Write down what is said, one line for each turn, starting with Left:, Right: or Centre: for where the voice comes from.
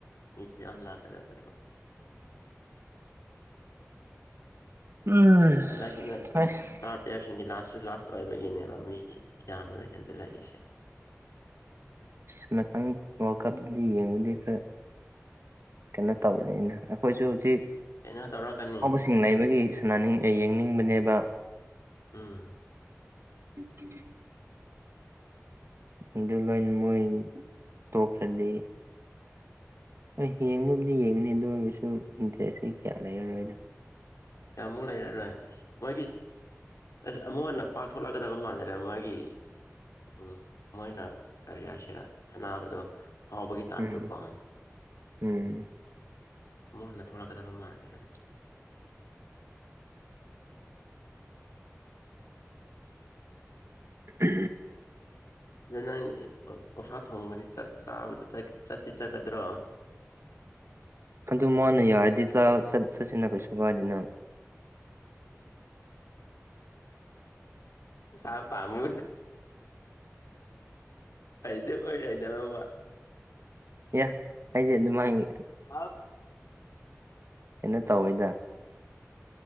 Left: ꯃꯤ ꯈꯨꯌꯥꯝ ꯂꯥꯛꯀꯗꯕꯗꯣ ꯑꯁ
Right: ꯎꯝ
Left: ꯍꯟꯗꯁꯤ
Right: ꯑꯁ
Left: ꯇꯥꯔ ꯄ꯭ꯂꯦꯌꯥꯔꯁꯤꯡꯒꯤ ꯂꯥꯁꯁꯨ ꯂꯥꯁ ꯑꯣꯏꯕꯒꯤꯅꯦꯕ ꯃꯤꯒꯤ ꯏꯌꯥꯝꯕꯗ ꯍꯦꯟꯖꯜꯂꯛꯏꯁꯦ
Right: ꯑ ꯃꯊꯪ ꯋꯥꯔꯜ ꯀꯞꯇꯗꯤ ꯌꯦꯡꯕꯗꯤ ꯈꯔ ꯀꯩꯅꯣ ꯇꯧꯔꯤꯅꯤꯅ ꯑꯩꯈꯣꯏꯁꯨ ꯍꯧꯖꯤꯛ
Left: ꯀꯩꯅꯣ ꯇꯧꯔꯛꯀꯅꯤ
Right: ꯏꯁꯤꯡ ꯂꯩꯕꯒꯤ ꯁꯅꯥꯅꯤꯡ ꯌꯦꯡꯅꯤꯡꯕꯅꯦꯕ
Left: ꯎꯝ
Right: UNINTELLIGIBLE ꯑꯗꯨ ꯂꯣꯏ ꯃꯣꯏ ꯇꯣꯞ꯭ꯔꯗꯤ ꯍꯣꯏ ꯌꯦꯡꯕꯕꯨꯗꯤ ꯌꯦꯡꯒꯅꯤ ꯑꯗꯨ ꯑꯣꯏꯔꯒꯁꯨ ꯏꯟꯇꯔꯦꯁꯇꯤ ꯀꯌꯥ ꯂꯩꯔꯔꯣꯏꯅꯣ
Left: ꯀꯃꯨꯛ ꯂꯩꯔꯔꯣꯏ ꯑꯁ ꯃꯣꯏꯒꯤ ꯑꯁ ꯑꯃꯨꯛ ꯍꯟꯅ ꯄꯥꯛꯊꯣꯛꯂꯛꯀꯗꯕ ꯃꯥꯟꯅꯔꯦ ꯃꯣꯏꯒꯤ ꯎ ꯃꯣꯏꯅ ꯑꯔꯤꯌꯥꯁꯤꯗ ꯁꯥꯟꯅꯕꯗꯣ ꯍꯥꯎꯕꯒꯤ ꯇꯥꯏꯞꯇꯣꯀꯣ
Right: ꯎꯝ ꯎꯝ
Left: ꯑꯃꯨꯛ ꯍꯟꯅ ꯊꯣꯛꯂꯛꯀꯗꯕ ꯃꯥꯟꯗ꯭ꯔꯦ
Right: ꯎ
Left: ꯑꯗ ꯅꯪ ꯑꯣꯁꯥ ꯊꯣꯡꯕꯒꯤ ꯆꯥꯕꯗ ꯆꯠꯇꯤ ꯆꯠꯀꯗ꯭ꯔꯣ
Right: ꯑꯗꯨ ꯃꯥꯅ ꯌꯥꯔꯗꯤ ꯆ ꯆꯠ ꯆꯠꯁꯤꯅ ꯀꯩꯁꯨ ꯀꯥꯏꯗꯅ
Left: ꯁꯥ ꯄꯥꯃ ꯑꯩꯁꯨ ꯑꯣꯏꯔꯣꯏꯗꯕ
Right: ꯌꯥ ꯍꯥꯏꯗꯤ ꯑꯗꯨꯝ ꯍꯥꯏꯒꯦ
Left: ꯑꯥꯎ
Right: ꯀꯦꯩꯅꯣ ꯇꯧꯋꯣꯏꯗ